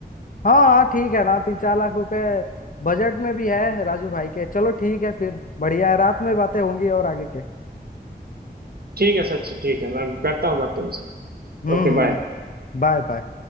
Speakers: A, on the left (about 55°); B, on the right (about 65°).
A: हाँ हाँ ठीक है ना तीन चार लाख रुपए बजट में भी है राजू भाई के चलो ठीक है फिर बढ़िया है रात में बातें होंगी और आगे के
B: ठीक है सचिन ठीक है मैं करता हूँ बात तुमसे
A: हम्म
B: Okay
A: हम्म
B: bye
A: Bye bye